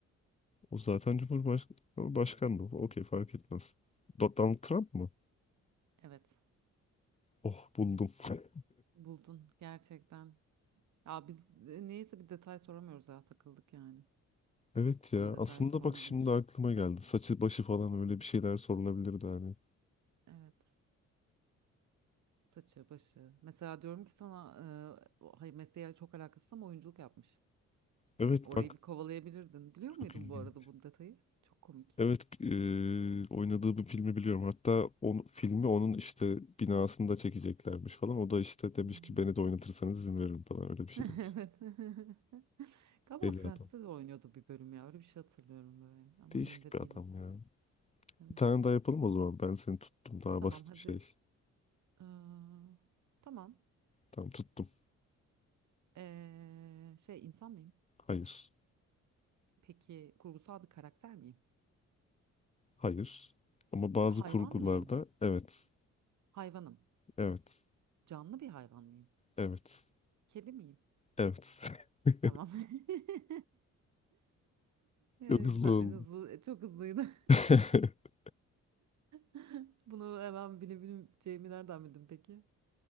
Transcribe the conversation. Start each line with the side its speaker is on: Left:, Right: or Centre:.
Left: O zaten Cumhurbaşkanı. Başkan mı? Okey fark etmez. Do- Donald Trump mı?
Right: Evet,
Left: Oh buldum. <laughs>
Right: buldun gerçekten. Ya biz e, neyse bir detay soramıyoruz ya takıldık yani.
Left: Evet ya.
Right: Daha detay
Left: Aslında
Right: sorulabilir.
Left: bak şimdi aklıma geldi. Saçı başı falan öyle bir şeyler sorulabilirdi hani.
Right: Evet. Saçı, başı. Mesela diyorum ki sana e, o- hayır mesleğe çok alakasız ama oyunculuk yapmış.
Left: Evet
Right: Orayı
Left: bak.
Right: bir kovalayabilirdin. Biliyor muydun
Left: Çok ilginç.
Right: bu arada bu detayı? Çok komik.
Left: Evet eee, oynadığı bir filmi biliyorum. Hatta o filmi onun işte binasında çekeceklermiş falan. O da işte demiş
Right: Hmm.
Left: ki beni de oynatırsanız izin veririm falan öyle
Right: <laughs>
Left: bir şey
Right: Evet.
Left: demiş.
Right: <laughs> Galiba
Left: Deli
Right: Friends'te
Left: adam.
Right: de oynuyordu bir bölüm ya. Öyle bir şey hatırlıyorum böyle. Ama
Left: Değişik
Right: emin de
Left: bir
Right: değilim.
Left: adam ya.
Right: Evet.
Left: Bir tane daha yapalım o zaman. Ben seni tuttum. Daha
Right: Tamam
Left: basit
Right: hadi.
Left: bir şey.
Right: Ee, tamam.
Left: Tamam tuttum.
Right: Ee, şey insan mıyım?
Left: Hayır.
Right: Peki kurgusal bir karakter miyim?
Left: Hayır. Ama bazı
Right: Hayvan
Left: kurgularda
Right: mıyım?
Left: evet.
Right: Hayvanım.
Left: Evet.
Right: Canlı bir hayvan mıyım?
Left: Evet.
Right: Kedi miyim?
Left: Evet. <laughs>
Right: Tamam. <laughs> Ee,
Left: Çok hızlı
Right: Güzel,
Left: oldu.
Right: en hızlı, e, çok hızlıydı.
Left: <laughs>
Right: <laughs> Bunu hemen bilebileceğimi nereden bildin peki?